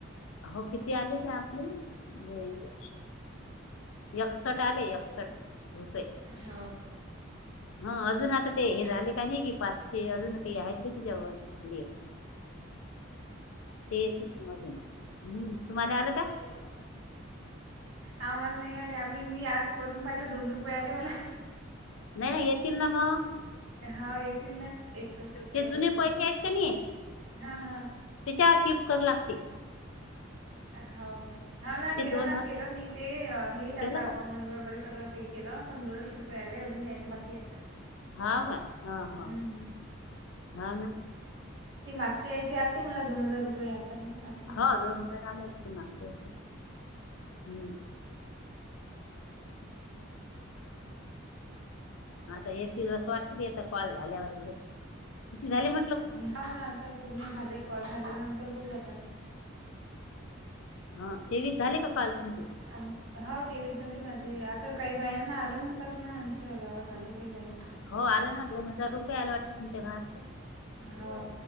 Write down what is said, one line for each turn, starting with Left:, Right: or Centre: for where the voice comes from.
Left: हो किती आलेच आपले. <unintelligible> एकसठ आले एकसठ रुपये.
Right: हाव काय?
Left: हा अजून आता ते हे झाले का नाही कि पाचशे अजून ते आहेत नाही. <unintelligible> ते एक <unintelligible> अजून हम्म. तुम्हाला
Right: आपला
Left: आलं
Right: पण
Left: का
Right: केलाच हो. आम्हाला नाही आले आम्ही मी मी आज करून पाहिलं दोन रुपये आले मला.
Left: नाही नाही येतील ना मग
Right: हा येतील ना एकसष्ट रुपये
Left: ते
Right: आले
Left: जुने
Right: त्यांना.
Left: पैसे आहेत का नाही
Right: हा हा.
Left: त्याच्यावर किप कर लागते.
Right: हाव काय हाव ना
Left: ते
Right: केलं
Left: दोन
Right: ना
Left: ह-
Right: केलं मी ते हे टाकलं
Left: केलं
Right: अकाउंट
Left: का
Right: नंबर वगैरे सगळं ते केला पंदरा सौ रुपये आले अजून यायचे बाकी आहेत.
Left: हाव का हा हा
Right: हम्म हम्म
Left: हा ना.
Right: ते मागच्या याचे आलते मला दोन हजार रुपये आता नाय
Left: हाव दोन हजार आले मागचे वेळचे हम्म. आता <unintelligible> वाटते बी आता कॉल झाल्यावर झा <unintelligible>
Right: हाव ना आता पूर्ण झाले कॉल झाल्यानंतर बघू आता.
Left: हा तेवीस झाले का काल तुमचे?
Right: आ हा तेवीच झाली माझी आता काही बायांना आलं म्हणतात ना आमच्या गावात आले काही बायांना
Left: हो आलं ना दोन हजार रुपये आले वाटतं तुमच्या गावातल्या
Right: हो